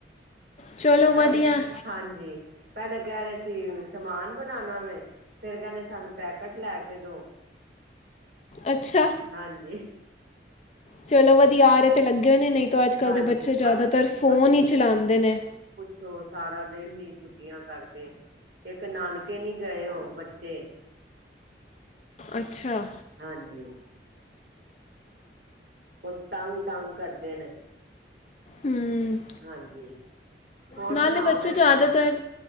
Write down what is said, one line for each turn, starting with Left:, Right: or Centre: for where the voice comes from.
Left: ਚਲੋ ਵਧੀਆ
Right: ਪੈਲੇ ਹਾਂਜੀ, ਪੈਲੇ ਕੈ ਰੇ ਸੀ ਸਮਾਨ ਬਨਾਨਾ ਵੇ ਫੇਰ ਕੈਂਦੇ ਸਾਨੂੰ ਪੈਕੇਟ ਲੈ ਕੇ ਦੋ।
Left: ਅੱਛਾ!
Right: ਹਾਂਜੀ।
Left: ਚਲੋ ਵਦੀਆ ਆਰੇ ਤੇ ਲੱਗੇ ਹੋਏ ਨੇ ਨਈ ਤੋ ਆੱਜ-ਕੱਲ
Right: ਹਾਂਜੀ
Left: ਦੇ ਬੱਚੇ ਜਾਦਾਤਰ
Right: ਬਸ
Left: ਫੋਨ ਈ ਚਲਾਂਦੇ ਨੇ।
Right: ਛੋ ਸਾਰਾ ਦਿਨ ਈ ਛੁੱਟੀਆਂ ਕਰਕੇ ਏਕ ਨਾਨਕੇ ਨੀ ਗਏ ਓ ਬੱਚੇ।
Left: ਅੱਛਾ।
Right: ਹਾਂਜੀ। ਕੁਛ ਤਾਂ ਵੀ, ਤੰਗ ਕਰਦੇ ਨੇ।
Left: ਹੂੰ
Right: ਹਾਂਜੀ। ਹੋਰ
Left: ਨਾਲੇ
Right: ਸੁਣਾਓ
Left: ਬੱਚੇ
Right: ਭੈਣ
Left: ਜ਼ਿਆਦਾਤਰ,
Right: ਜੀ